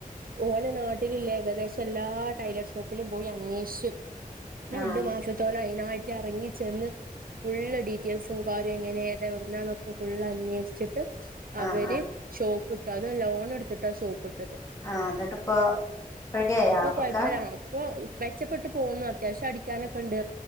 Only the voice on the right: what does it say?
ഓല് നാട്ടിലില്ലേ ഏകദേശം എല്ലാ ടൈലർ ഷോപ്പിലും പോയി അന്വേഷിച്ചു. രണ്ടു
മാസത്തോളം അതിനായിട്ടെറങ്ങിച്ചെന്ന് ഫുള്ള് ഡീ റ്റെയ്ൽസും കാര്യം എങ്ങനേ ഏതാ എവിടുന്നാന്നൊക്കെ ഫുള്ള് അന്വേഷിച്ചിട്ട് അവര്
ഷോപ്പ് ഇട്ടു. അതും ലോൺ എടുത്തിട്ടാ ഷോപ്പ് ഇട്ടത്.
ഇപ്പൊ കുഴപ്പില്ല.
ഇപ്പൊ മെച്ചപ്പെട്ട് പോന്നു. അത്യാവശ്യം അടി ക്കാനൊക്കെണ്ട്.